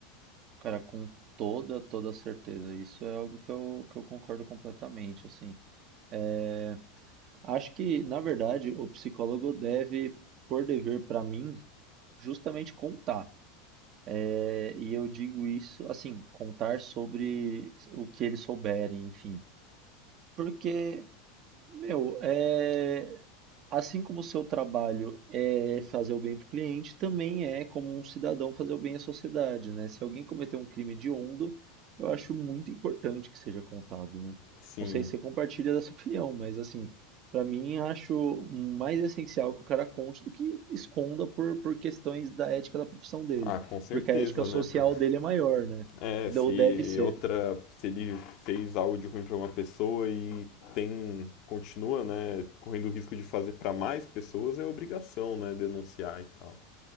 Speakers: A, on the right (about 45°); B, on the left (about 50°).
A: Cara, com toda, toda certeza. Isso é algo que eu, que eu concordo completamente, assim. É, acho que, na verdade, o psicólogo deve, por dever para mim, justamente contar. É, e eu digo isso, assim, contar sobre o que eles souberem, enfim. Porque meu, é... assim como o seu trabalho é fazer o bem para o cliente, também é como um cidadão fazer o bem à sociedade, né? Se alguém cometer um crime hediondo, eu acho muito importante que seja contado, né?
B: Sim.
A: Não sei se você compartilha dessa <laughs> opinião, mas assim, para mim acho mais essencial que o cara conte do que esconda por, por questões da ética da profissão dele,
B: Ah, com certeza,
A: porque a ética social
B: né? Por-
A: dele é maior, né?
B: É, se
A: Ou deve ser.
B: outra, se ele fez algo de ruim para uma pessoa e tem, continua, né, correndo o risco de fazer para mais pessoas, é obrigação, né, denunciar e tal.